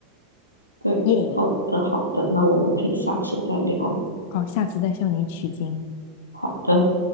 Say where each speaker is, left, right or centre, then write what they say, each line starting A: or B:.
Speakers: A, on the left; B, on the left.
A: 对，
B: 耶！
A: 好的，好的，那我们可以下次再聊。
B: 好，下次再向你取经。
A: 好的。